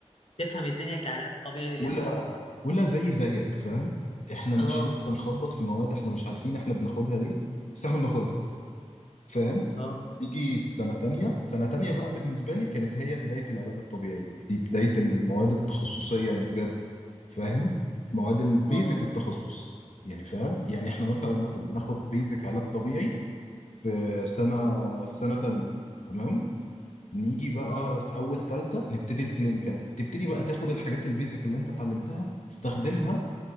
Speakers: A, on the left (about 60°); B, on the left (about 85°).
A: تفهم الدنيا كعلاج طبيعي
B: ولا
A: امتى
B: ولا زي زيك فاهم احنا ماشيين
A: اه
B: بنخبط في مواد احنا مش عارفين احنا بناخدها ليه بس احنا بناخدها فاهم
A: اه
B: يجي في سنة تانية سنة تانية بقى بالنسبة لي كانت هي بداية العلاج الطبيعي لأن دي بداية المواد التخصصية اللي بجد فاهم مواد البيزك
A: اه
B: التخصص يعني فاهم يعني احنا مثلا مثلا بناخد بيزك علاج طبيعي في سنة في سنة تانية تمام نيجي بقى
A: اه
B: في أول تالتة نبتدي الكلينيكال تبتدي بقى تاخد الحاجات البيزك اللي انت اتعلمتها تستخدمها